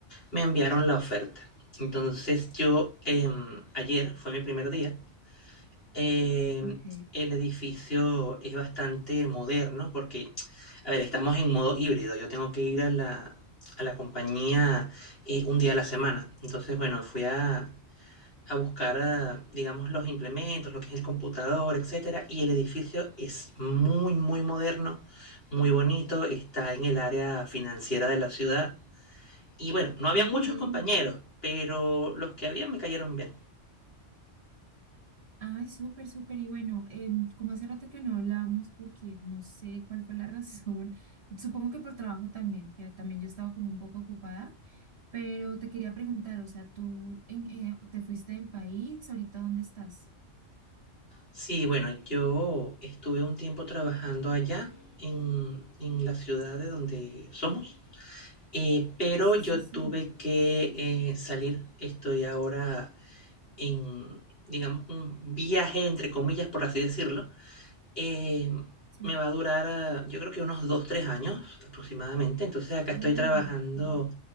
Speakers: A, on the left; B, on the right.
A: me enviaron la oferta. Entonces yo, em, ayer fue mi primer día, eh,
B: Ok,
A: el edificio es bastante moderno porque, a ver, estamos en modo híbrido. Yo tengo que ir a la, a la compañía eh, un día a la semana. Entonces, bueno, fui a, a buscar, ah, digamos, los implementos, lo que es el computador, etcétera. Y el edificio es muy, muy moderno, muy bonito. Está en el área financiera de la ciudad. Y bueno, no había
B: ok.
A: muchos compañeros, pero los que había me cayeron bien.
B: Ay, súper, súper. Y bueno, em, como hace rato que no hablamos, porque no sé cuál fue la <laughs> razón, supongo que por trabajo también, que también yo estaba como un poco ocupada, pero te quería preguntar, o sea, ¿tú en, eh, te fuiste del país? ¿Ahorita dónde estás?
A: Sí, bueno, yo estuve un tiempo trabajando allá en, en la ciudad de donde somos, eh, pero
B: Sí,
A: yo
B: sí, sí,
A: tuve que eh, salir. Estoy ahora en, digamos, un viaje entre comillas, por así decirlo, eh,
B: sí.
A: me va a durar, eh, yo creo que unos dos tres años aproximadamente. Entonces acá
B: Wow,
A: estoy trabajando,
B: claro.